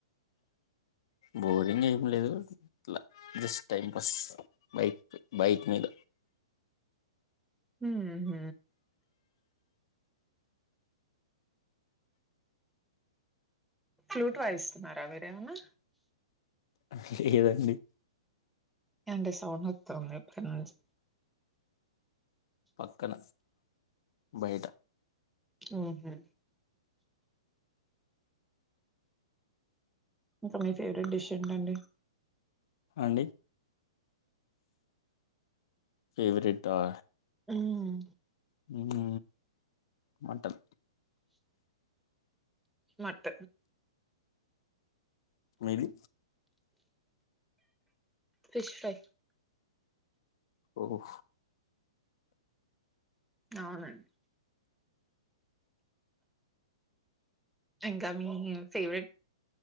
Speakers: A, on the left; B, in the centre.
A: బోరింగ్ ఏం లేదు ఇట్లా just time pass bike bike మీద
B: హమ్ ఫ్లూట్ వాయిస్తున్నారా మీరు ఏమనా
A: అ లేదండి
B: ంటే సౌండ్ వతంది అపుడునుంచి
A: పక్కన బయట
B: ఆహా ఇంకా మీ ఫేవరెట్ డిష్ ఏంటండి
A: అండి ఫేవరట్ ఆ
B: మ్మ్
A: హ మాటల
B: మట
A: మీది
B: ఫిష్ ఫ్రై
A: ఓహ
B: అవునండి ఇంకా మీ ఫేవరెట్